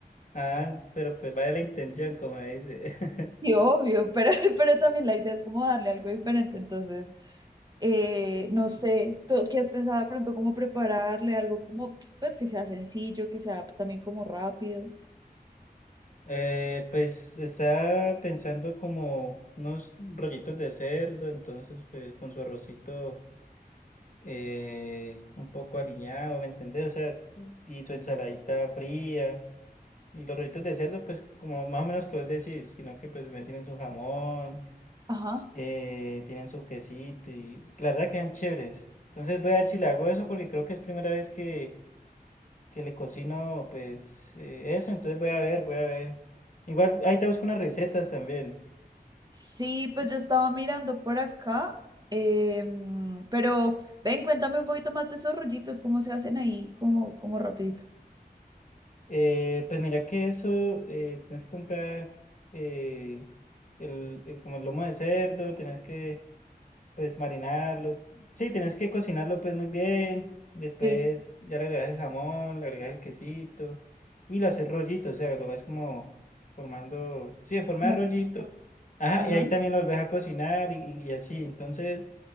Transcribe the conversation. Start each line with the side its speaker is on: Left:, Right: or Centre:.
Left: Ah, pero pues vaya la intención, como dice. <laughs>
Right: Y obvio, pero, <laughs> pero también la idea es como darle algo diferente, entonces, eh, no sé, ¿tú qué has pensado de pronto cómo prepararle algo como, pues que sea sencillo, que sea también como rápido?
Left: Eh, pues estaba pensando como unos rollitos de cerdo, entonces pues con su arrocito eh, un poco aliñado, ¿me entendés? O sea, y su ensaladita fría. Y los rollitos de cerdo, pues como más o menos que vos decís, sino que pues también tienen su jamón,
Right: Ajá.
Left: eh, tienen su quesito y la verdad quedan chéveres. Entonces voy a ver si le hago eso porque creo que es primera vez que que le cocino, pues eh, eso, entonces voy a ver, voy a ver. Igual ahí te busco unas recetas también.
Right: Sí, pues yo estaba mirando por acá, em, pero ven, cuéntame un poquito más de esos rollitos, cómo se hacen ahí, como, como rapidito.
Left: Eh, pues mira que eso, eh, tienes que comprar eh, el, el- como el lomo de cerdo, tienes que pues marinarlo. Sí, tienes que cocinarlo pues muy bien. Después
Right: Sí,
Left: ya le agregas el jamón, le agregas el quesito y lo haces rollito, o sea, lo vas como formando, sí, en forma
Right: bueno,
Left: de rollito. Ajá,
Right: ajá,
Left: y ahí también lo volvés a cocinar y, y y así. Entonces...